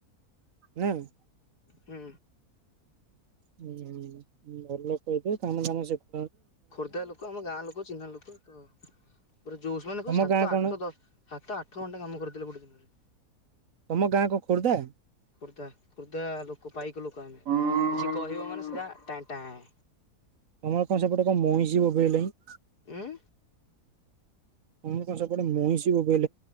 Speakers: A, on the right; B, on the left.
A: ନାହିଁ।
B: ହୁଁ।
A: ହୁଁ ହୁଁ ଭଲ ଲୋକ ହେଇଥିବେ କାମ ଦାମ ଶିଖୁ
B: ଖୋର୍ଦ୍ଧା ଲୋକ ଆମ ଗାଁ ଲୋକ ଚିହ୍ନା ଲୋକ ତ ପୁରା ଯୋସ ମାନେ
A: ତମ
B: କହୁ ସାତ
A: ଗାଁ
B: ଆଠ
A: କଣ
B: ଦ ସାତ ଆଠ ଘଣ୍ଟା କାମ କରିଦେଲେ ଗୋଟେ ଦିନରେ।
A: ତମ ଗାଁ କଣ ଖୋର୍ଦ୍ଧା?
B: ଖୋର୍ଦ୍ଧା ଖୋର୍ଦ୍ଧା ଲୋକ ପାଇକ ଲୋକ ଆମେ
A: ତମର
B: କିଛି କହିବ ମାନେ ସିଧା ଟାଁଏ ଟାଁଏ।
A: ତମର କଣ ସେପଟେ କଣ ମଇଁଷୀ ବୋବେଇ ଲେଇଁ?
B: ଉଁ,
A: ତମର କଣ ସେପଟେ ମଇଁଷି ବୋ